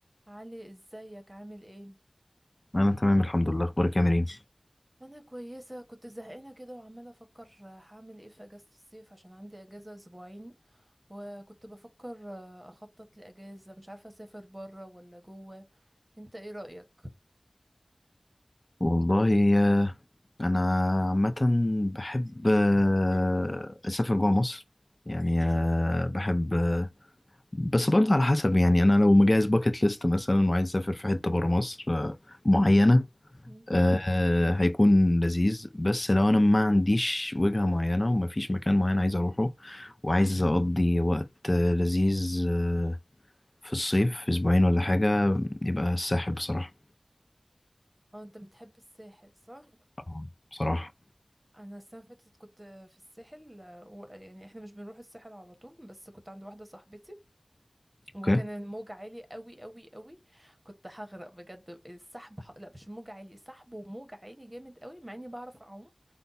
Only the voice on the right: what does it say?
علي ازيك عامل ايه
انا كويسه كنت زهقانه كده وعماله افكر هعمل ايه في اجازه الصيف عشان عندي اجازه اسبوعين وكنت بفكر اخطط لاجازه مش عارفه اسافر بره ولا جوه انت ايه رايك
مم.
اه انت بتحب الساحل صح
انا السنه اللي فاتت كنت في الساحل و- يعني احنا مش بنروح الساحل على طول بس كنت عند واحده صاحبتي
وكان الموج عالي قوي قوي قوي كنت هغرق بجد السحب ح... لا مش الموج عالي سحب وموج عالي جامد قوي مع اني بعرف اعوم